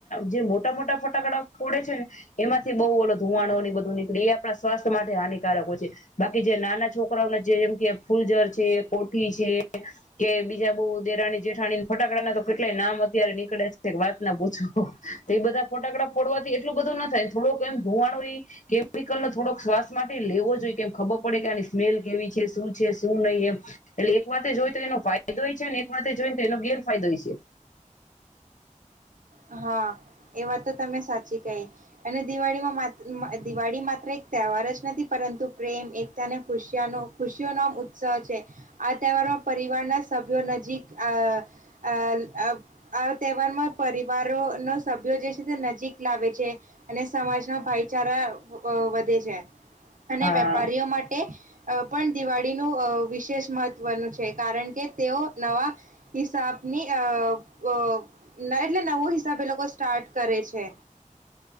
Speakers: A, on the left; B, on the right.
A: જે મોટા મોટા ફટાકડા ફોડે છે ને એમાંથી બહુ ઓલો ધુવાણોની બધું નીકળે એ આપણા સ્વાસ્થ્ય માટે હાનિકારક હો છે બાકી જે નાના છોકરાઓને જેમ કે ફૂલજર છે, કોઠી છે, કે બીજા બહ દેરાની જેઠાણી ફટાકડા ના તો કેટલાય નામ અત્યારે નીકળે છે વાતના તો એ બધા ફટાકડા ફોડવાથી એટલું બધું ના થાય થોડોક એમ ધુમાડો એ કેમિકલો થોડોક શ્વાસ માટે લેવો જોઈએ કેમ ખબર પડે કે આની સ્મેલ કેવી છે. શું છે? શું નહીં? એમ એટલે એક વાથે જોઈ તો એનો ફાયદો છે એક વાથે જોઈને તો એનો ગેરફાયદોય છે.
B: હા એ વા તો તમે સાચી કહી અને દિવાળીમાં મા દિવાળી માત્ર એક તહેવાર જ નથી પરંતુ પ્રેમ, એકતા અને ખુશનો ખુશીઓનો આમ ઉત્સવ છે. આ તહેવારમાં પરિવારના સભ્યો નજીક આ આ અ આ તહેવારમાં પરિ વારો નો સભ્યો જે છે તે નજીક લાવે છે અને સમાજનો ભાઈચારા વધે છે. અને
A: હા
B: વેપારીઓ માટે પણ દિવાળીનું વિશેષ મહત્વનું છે કારણ કે તેઓ નવા હિસાબની અ અ અ એટલે નવો હિસાબે એ લોકો સ્ટાર્ટ કરે છે.